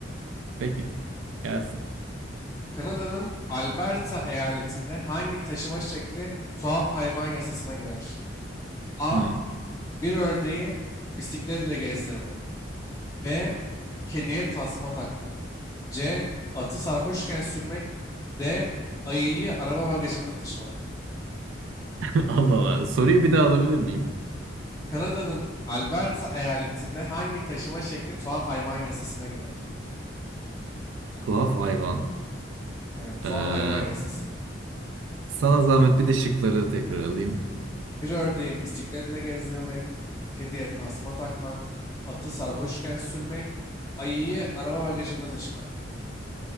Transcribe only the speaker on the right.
Peki, gelsin.
Hmm.
<laughs> Allah Allah. Soruyu bir daha alabilir miyim?
Tuhaf hayvan.
Ee,
Sana zahmet bir de şıkları tekrar alayım.